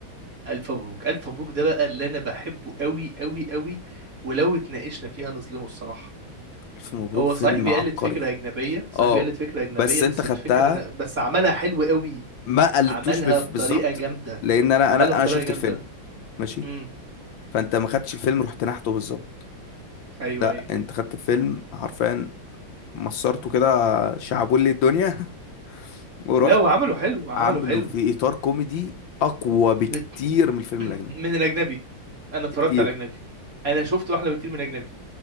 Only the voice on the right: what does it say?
الف مبروك الف مبروك ده بقى اللي انا بحبه قوي قوي قوي ولو اتناقشنا فيها نظلمه الصراحه
هو
صحيح بيقلد
فكره اجنبيه صحيح
بيقلد فكره اجنبيه
بس
الفكره أنا بس عملها حلو قوي
عملها
بطريقه
جامده
عملها
بطريقه
جامده
امم
ايوه
ايوه
لا وعمله حلو عمله
حلو
بت...
<clears throat>
من الاجنبي انا اتفرجت
على اجنبي انا شفت واحلى بكتير من اجنبي